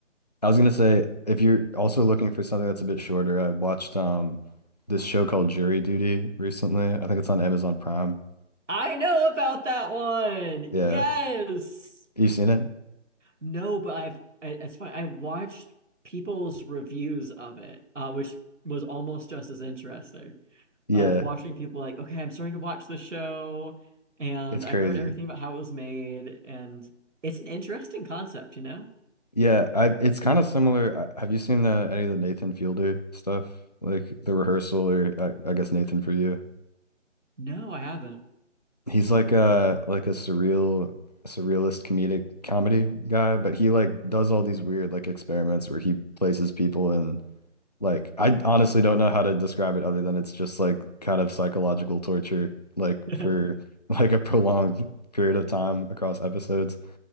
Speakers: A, on the left; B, on the right.
A: I was gonna say if you're also looking for something that's a bit shorter, I watched um this show called Jury Duty recently. I think it's on Amazon Prime.
B: I know about that one. Yes.
A: Yeah, you seen it?
B: No, but I've I- it's fine. I watched people's reviews of it, uh, which was almost just as interesting.
A: Yeah,
B: Of watching people like, okay, I'm starting to watch the show, and
A: it's
B: I
A: crazy.
B: heard everything about how it was made, and it's an interesting concept, you know?
A: Yeah, I it's kind of similar. I, have you seen uh, any of the Nathan Fielder stuff, like the rehearsal or I, I guess Nathan for you?
B: No, I haven't.
A: He's like a like a surreal surrealist comedic comedy guy, but he like does all these weird like experiments where he places people in like I honestly don't know how to describe it other than it's just like kind of psychological torture like
B: <laughs>
A: for <laughs> like a prolonged period of time across episodes.